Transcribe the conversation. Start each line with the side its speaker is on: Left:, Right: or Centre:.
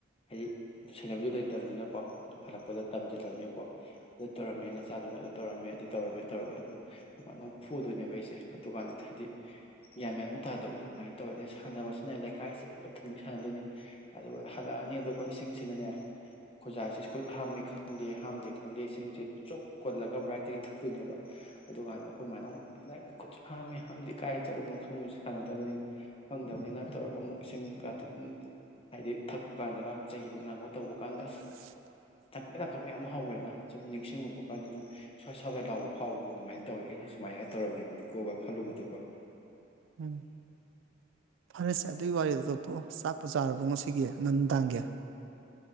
Left: ꯍꯥꯏꯗꯤ ꯁꯦꯅꯕꯤꯅꯕꯁꯨ ꯂꯩꯇꯕꯅꯤꯅ ꯀꯣ ꯑꯗꯨ ꯍꯜꯂꯛꯄꯗ ꯇꯝꯁꯤꯜꯂꯅꯤꯕꯀꯣ ꯑꯗꯨ ꯇꯧꯔꯝꯃꯦ ꯅꯆꯥꯗꯨꯅ ꯑꯗꯨ ꯇꯧꯔꯝꯃꯦ ꯑꯗꯨ ꯇꯧꯔꯝꯃꯦ ꯇꯧꯔꯒ ꯑꯗꯨꯝ ꯑꯈꯣꯢ ꯕꯥꯅꯃꯨꯛ ꯐꯨꯗꯣꯏꯅꯦꯕ ꯑꯩꯁꯦ ꯗꯨꯀꯥꯟꯗꯗꯤ ꯍꯥꯏꯗꯤ ꯒ꯭ꯌꯥꯟꯃꯦꯟ ꯑꯃ ꯇꯥꯗꯕꯗꯣ ꯑꯗꯨꯃꯥꯏꯅ ꯇꯧꯋꯦ ꯑꯗꯩ ꯁꯥꯟꯅꯕ ꯁꯤꯅ ꯂꯩꯀꯥꯏꯁꯤꯟꯕ ꯊꯨꯡꯉꯩ ꯁꯥꯟꯅꯗꯣꯏꯅꯦ ꯑꯗꯨꯒ ꯍꯜꯂꯛꯑꯅꯤ ꯑꯗꯨꯒ ꯏꯁꯤꯡꯁꯤꯅꯅꯦ ꯈꯨꯖꯥꯏꯁꯦ ꯈꯨꯠ ꯍꯥꯝꯃꯤ ꯈꯪꯗꯦ ꯍꯥꯝꯗꯦ ꯈꯪꯗꯦ ꯏꯁꯤꯡꯁꯦ ꯆꯨꯞ ꯀꯣꯜꯂꯒ ꯕ꯭ꯔꯥꯏꯠꯇꯒꯤ ꯊꯛꯇꯣꯏꯅꯦꯕ ꯑꯗꯨ ꯀꯥꯟꯗ ꯑꯩꯈꯣꯏ ꯃꯥꯅ ꯅꯪ ꯈꯨꯠꯁꯨ ꯍꯥꯝꯃꯦ ꯍꯥꯝꯗꯦ ꯀꯥꯏ ꯆꯠꯂꯨꯅꯣ ꯈꯪꯅꯁꯨ ꯁꯥꯟꯅꯗꯕꯅꯤꯅ ꯈꯪꯗꯕ ꯇꯧꯕꯅꯤꯅ ꯇꯧꯔꯒ ꯑꯃꯨꯛ ꯏꯁꯤꯡꯒ ꯇꯨ ꯍꯥꯏꯗꯤ ꯊꯛꯄ ꯀꯥꯟꯗꯒ ꯆꯩꯕ ꯉꯥꯡꯕ ꯇꯧꯕ ꯀꯥꯟꯗ ꯑꯁ
Right: <inaudible>
Left: ꯇꯥꯡꯀꯛ ꯇꯥꯡꯀꯛ ꯃꯌꯥꯝ ꯑꯃ ꯍꯧꯋꯦꯗ ꯁꯨꯝ ꯅꯤꯡꯁꯤꯡꯉꯨꯕ ꯀꯥꯟꯗ ꯑꯗꯨꯝ ꯁ꯭ꯋꯥꯏ ꯁ꯭ꯋꯥ ꯂꯥꯎꯕ ꯐꯥꯎꯕꯗꯣ ꯑꯗꯨꯃꯥꯏꯅ ꯇꯧꯋꯦ ꯑꯩꯁꯨ ꯁꯨꯃꯥꯏꯅ ꯇꯧꯔꯝꯃꯤꯕꯅꯤꯀꯣꯒ ꯈꯜꯂꯨꯕꯗꯀꯣ
Right: ꯎꯝ ꯐꯥꯔꯦꯁꯦ ꯑꯗꯨꯒꯤ ꯋꯥꯔꯤꯗꯣ ꯇꯣꯛꯊꯣꯛꯑꯣ ꯆꯥꯛꯄꯨ ꯆꯥꯔꯕꯣ ꯉꯁꯤꯒꯤ ꯅ ꯅꯨꯡꯗꯥꯡꯒꯤ